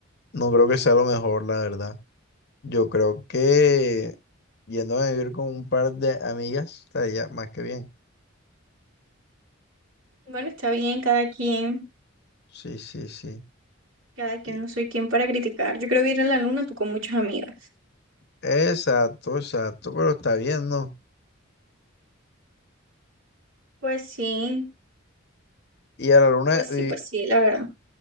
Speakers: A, on the left; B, on the right.
A: no creo que sea lo mejor, la verdad. Yo creo que yendo a vivir con un par de amigas estaría más que bien.
B: Bueno, está bien, cada quien,
A: Sí, sí, sí.
B: cada quien,
A: Y-
B: no soy quien para criticar. Yo creo que ir a la luna tú con muchas amigas.
A: Exacto, exacto, pero está bien, ¿no?
B: Pues sí,
A: Y a la luna,
B: pues
A: y,
B: sí, pues sí, la verdad.